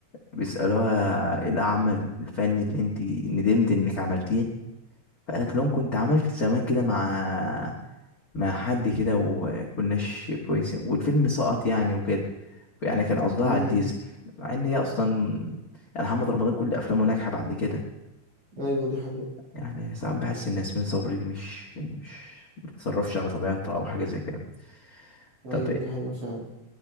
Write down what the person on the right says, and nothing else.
امم
ايوه دي حقيقة
ايوه
دي حقيقة فعلا